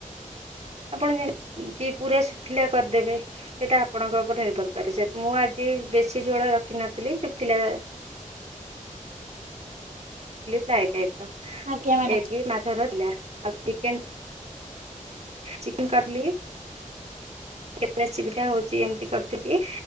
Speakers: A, on the right; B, on the right.
A: ଆପଣ ଯେମ କି ପୁରା ଶୁଖିଲା କରିଦେବେ ସେଟା ଆପଣଙ୍କ ଉପରେ ନିର୍ଭର କରେ, ସେ ମୁଁ ଆଜି ବେଶି ଝୋଳ ରଖିନଥିଲି ଶୁଖିଲା ଫ୍ରାଏ ଟାଇପର
B: ଆଜ୍ଞା ଆଜ୍ଞା ମ୍ୟାଡ଼ାମ
A: ଏକ ମାଛ ରହିଲା ଆଉ ଚିକେନ୍ ଚିକେନ କଟଲି ଏ ରେସିପି ଟା ହଉଛି ଏମିତି କରିିଥିଲି